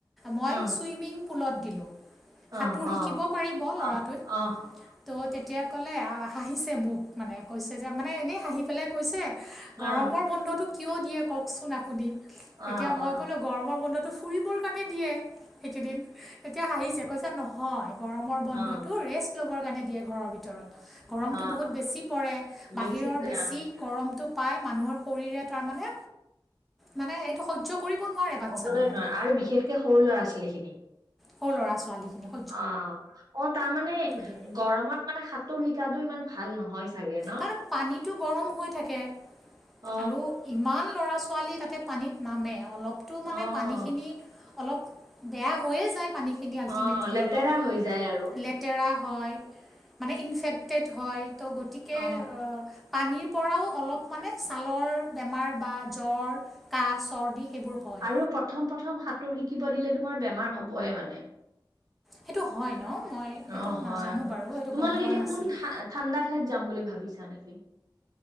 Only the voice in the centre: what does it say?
মই
ছুইমিং পুলত দিলোঁ।
সাঁতোৰ
শিকিব পাৰিব ল'ৰাটোৱত
ত' এতিয়া ক'লে হাঁহিছে মোক মানে কৈছে যে মানে এনেই হাঁহি পেলাই কৈছে
গৰমৰ বন্ধটো কিয় দিয়ে কওকচোন আপুনি
এতিয়া মই গ'ল গৰমৰ বন্ধটো ফুৰিবৰ কাৰণে দিয়ে। সেইকেইদিন এতিয়া হাঁহিছে কৈছ নহয় গৰমৰ বন্ধতটো
ৰেষ্ট ল'বৰ কাৰণে দিয়ে ঘৰৰ ভিতৰত। গৰমটো
বহুত বেছি পৰে!
বাহিৰৰ
বেছি
গৰমটো পাই মানুহৰ শৰী তাৰ মানে, মানে এইটো স <unintelligible> কৰিব নোৱাৰে। বাচ্ছাবিলাকে
সৰু ল'ৰা-ছোৱালী খিনক
দিয়ে
তাৰ পানীটো গৰম হৈ থাকে
আৰু ইমান ল'ৰা-ছোৱালী তাতে পানীত নামে অলপতো মানে
পানীখিনি অলপ বেয়া হৈয়ে যায় পানী খিনি আল্টিমেটলি
অলপ
লেট তেৰা হয় মানে ইনফেক্টেড হয় ত' গতিকে
পানীৰ পৰাও অলপ মানে ছালৰ বেমাৰ বা জ্বৰ কাঁহ চৰ্দি সেইবোৰ হয়।
সেইটো হয় ন মই সেইটো
নাজানো
বাৰু সেইটো
গম পোৱা
নাছিলোঁ